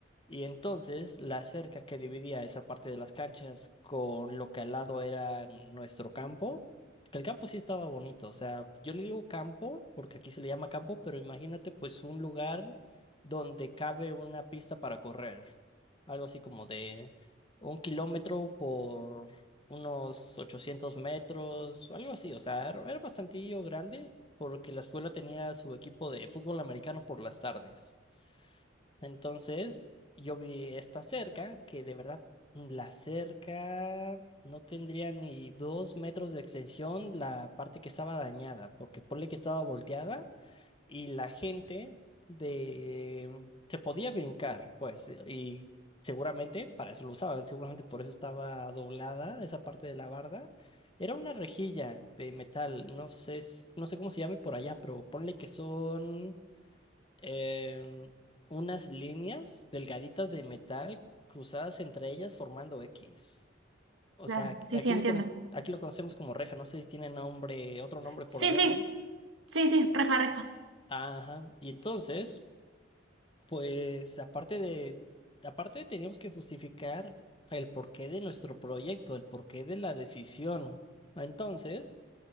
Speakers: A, on the left (about 25°); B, on the right (about 80°).
A: Y entonces la cerca que dividía esa parte de las canchas con lo que al lado era nuestro campo, que el campo sí estaba bonito, o sea, yo le digo campo porque aquí se le llama campo, pero imagínate pues un lugar donde cabe una pista para correr, algo así como de un kilómetro por unos 800 metros, o algo así, o sea, era era bastantillo grande porque la escuela tenía su equipo de fútbol americano por las tardes. Entonces, yo vi esta cerca, que de verdad, la cerca no tendría ni dos metros de extensión la parte que estaba dañada, porque ponle que estaba volteada y la gente de... se podía brincar, pues, y seguramente para eso lo usaban, seguramente por eso estaba doblada esa parte de la barda. Era una rejilla de metal, no sé, s- no sé cómo se llame por allá, pero ponle que son em, unas líneas delgaditas de metal cruzadas entre ellas formando X. O
B: Claro,
A: sea, aquí
B: sí,
A: aquí
B: sí, entiendo.
A: lo, cono- aquí lo conocemos como reja, no sé si tiene nombre, otro nombre
B: Sí,
A: por allá,
B: sí,
A: raro.
B: sí, sí, reja, reja.
A: Ajá. Y entonces, pues aparte de, aparte teníamos que justificar el porqué de nuestro proyecto, el porqué de la decisión. Entonces,